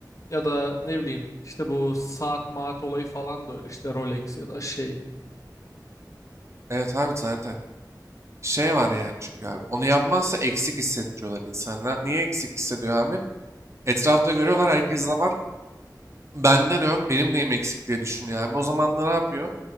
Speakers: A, on the left; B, on the right.
A: ya da ne bileyim işte bu saat maat olayı falan da öyle işte Rolex ya da şey.
B: Evet abi zaten. Şey var yani çünkü abi. Onu yapmazsa eksik hissettiriyorlar insanlar. Niye eksik hissediyor abi? Etrafta görüyorlar herkes de var. Benden yok, benim neyim eksik diye düşünüyor abi. O zaman da ne yapıyor?